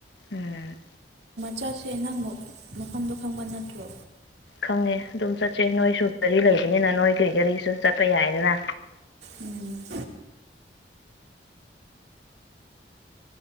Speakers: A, on the left; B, on the right.
A: ꯑꯦꯝ
B: ꯆꯥꯛꯁꯦ ꯑꯅꯥꯥꯡꯕ ꯃꯐꯝꯗꯣ ꯈꯪꯕ ꯅꯠꯇ꯭ꯔꯣ
A: ꯈꯪꯉꯦ ꯑꯗꯨꯝ ꯆꯠꯁꯦ ꯅꯣꯏꯁꯨ ꯒꯥꯔꯤ ꯂꯩꯕꯅꯤꯅ ꯅꯣꯏꯒꯤ ꯒꯥꯔꯤꯁꯨ ꯆꯠꯄ ꯌꯥꯏꯗꯅ
B: ꯎꯝ